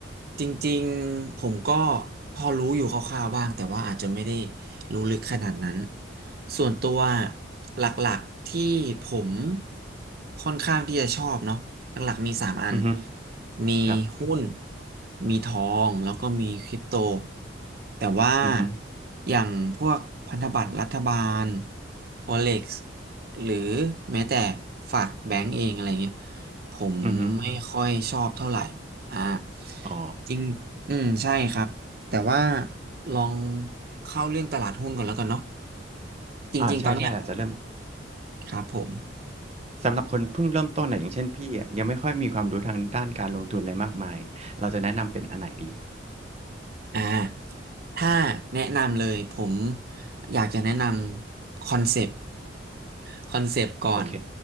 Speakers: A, on the right; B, on the right.
A: จริงๆผมก็พอรู้อยู่คร่าวๆบ้างแต่ว่าอาจจะไม่ได้รู้ลึกขนาดนั้นส่วนตัวหลักๆที่ผมค่อนข้างที่จะชอบเนาะหลักๆมีสามอัน
B: อือฮึ
A: มีหุ้น
B: ครับ
A: มีทองแล้วก็มีคริปโตแต่ว่า
B: อือฮึ
A: อย่างพวกพันธบัตรรัฐบาล Forex หรือแม้แต่ฝากแบงก์เองอะไรเงี้ยผมไม่ค่อยชอบเท่าไหร่
B: อือฮึ
A: อ่า
B: อ๋อ
A: จริงอืมใช่ครับแต่ว่าลองเข้าเรื่องตลาดหุ้นก่อนแล้วกันเนาะจริงๆตอนเนี้ย
B: อ่าใช่ใช่อาจจะเริ่ม
A: ครับผม
B: สำหรับคนเพิ่งเริ่มต้นน่ะอย่างเช่นพี่อ่ะยังไม่ค่อยมีความรู้ทางด้านการลงทุนอะไรมากมายเราจะแนะนำเป็นอันไหนดี
A: อ่า ถ้าแนะนำเลยผมอยากจะแนะนำคอนเซปต์ <laughs> คอนเซปต์ก่อน
B: โอเค